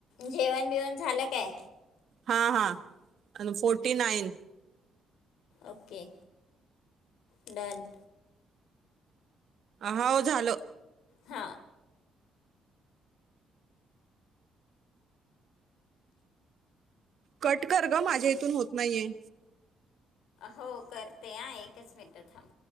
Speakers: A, on the left; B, on the right.
A: जेवण बिवण झालं काय.
B: हा हा आणि फोर्टी नाईन
A: ओके डन
B: आह आ ओ झालं
A: हा
B: कट कर ग माझ्या इथुन होत नाहीये.
A: हो करते आ एकच मिनट